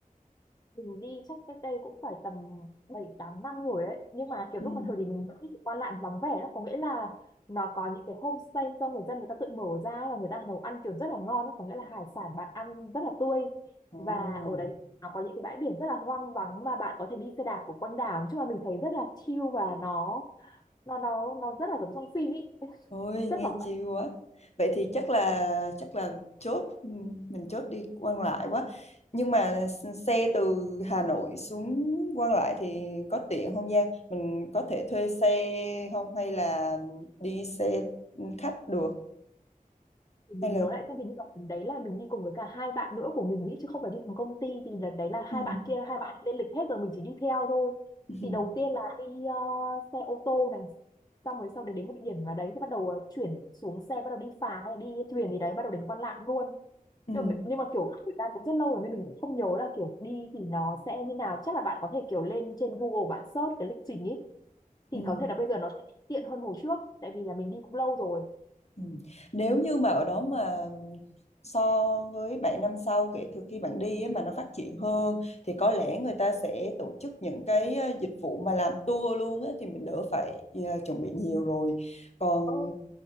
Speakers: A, on the left; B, on the left.
A: mình đi chắc cách đây cũng phải tầm 7 8 năm rồi đấy nhưng mà kiểu
B: Ừ.
A: lúc mà thời điểm mình vẫn thích Quan Lạn vắng vẻ đó có nghĩa là nó có những cái homestay do người dân người ta tự mở ra và người ta nấu ăn kiểu rất là ngon ấy. có nghĩa là hải sản bạn ăn rất là tươi
B: Ồ,
A: và ở đấy nó có những cái bãi biển rất là hoang vắng và bạn có thể đi xe đạp của quanh đảo chứ mà mình thấy rất là chill và nó nó nó nó rất là giống trong phim ý
B: ôi nghe
A: rất là
B: chill quá. Vậy thì chắc là chắc là chốt ừ, mình chốt đi quan lại quá. Nhưng mà s- xe từ Hà Nội xuống quan lại thì có tiện không Giang? Mình có thể thuê xe không hay là đi xe khách được
A: thì mình
B: hay là
A: nhớ lại xem hình như là lần đấy là mình đi cùng với cả hai bạn nữa của mình ý, chứ không phải đi cùng công ty thì lần đấy là hai
B: ừ.
A: bạn kia hai bạn lên lịch hết rồi mình chỉ đi theo thôi
B: <laughs>
A: thì đầu tiên là đi ờ, xe ô tô này xong rồi sau đấy đến một địa điểm là đấy thì bắt đầu ờ, chuyển xuống xe bắt đầu đi phà hay là đi thuyền gì đấy bắt đầu đến Quan Lạn luôn
B: Ừ.
A: nhưng mà, nhưng mà kiểu thời gian cũng rất lâu rồi nên mình cũng không nhớ là kiểu đi thì nó sẽ như nào chắc là bạn có thể kiểu lên trên Google bạn search cái lịch trình ý thì
B: Ừ.
A: có thể là bây giờ nó sẽ tiện hơn hồi trước tại vì là mình đi cũng lâu rồi
B: Ừ. Nếu như mà ở đó mà so với 7 năm sau kể từ khi bạn đi á, mà nó phát triển hơn thì có lẽ người ta sẽ tổ chức những cái ờ, dịch vụ mà làm tour luôn á, thì mình đỡ phải ờ, chuẩn bị nhiều rồi. Còn
A: ừ,